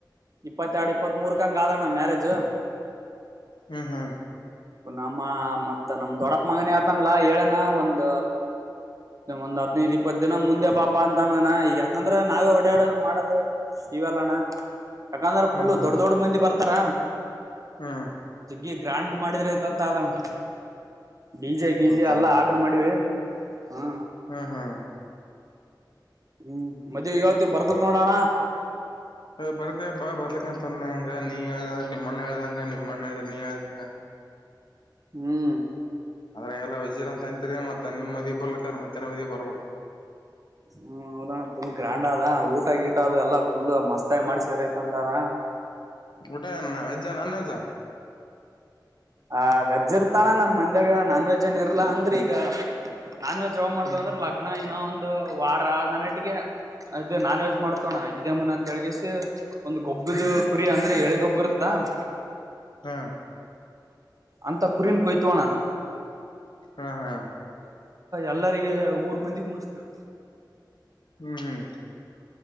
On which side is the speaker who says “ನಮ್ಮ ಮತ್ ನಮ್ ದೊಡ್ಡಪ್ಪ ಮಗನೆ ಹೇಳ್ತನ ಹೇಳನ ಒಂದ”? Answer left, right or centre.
Right